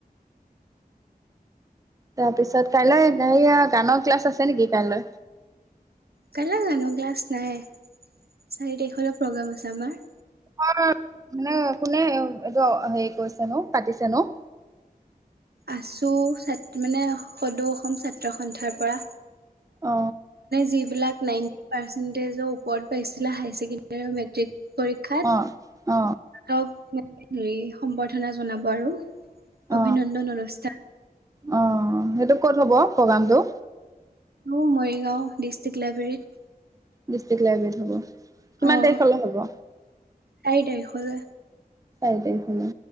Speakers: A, on the right (about 20°); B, on the right (about 80°).
A: তাৰ পিছত কাইলৈ হেয়া গানৰ ক্লাছ আছে নেকি কাইলৈ।
B: কাইলৈ গান ক্লাছ নাই চাৰি তাৰিখলৈ প্ৰগ্ৰেম আছে আমাৰ।
A: অ মানে কোনে এইটো হেৰি কৰিছে নো পাতিছে নো।
B: আছো ছাত মানে সদৌ অসম ছাত্ৰ সন্থাৰ পৰা।
A: অ
B: যিবিলাক নাইনতি পাৰ্চেন্টেজৰ ওপৰত পাইছিলে হাই ছেকেণ্ড মেট্ৰিক পৰীক্ষাত।
A: অ অ।
B: আও হেৰি সম্বৰ্ধনা জনাব আৰু
A: অ
B: অভিনন্দন অনুষ্ঠান।
A: অ সেইটো ক'ত হ'ব প্ৰগ্ৰামটো।
B: তো মৰিগাঁও ডিষ্ট্ৰিক্ট লাইব্ৰেৰীত।
A: ডিষ্ট্ৰিক্ট লাইব্ৰেৰীত হ'ব কিমান
B: অ',
A: তাৰিখলে হ'ব।
B: চাৰি তাৰিখলে।
A: চাৰি তাৰিখলে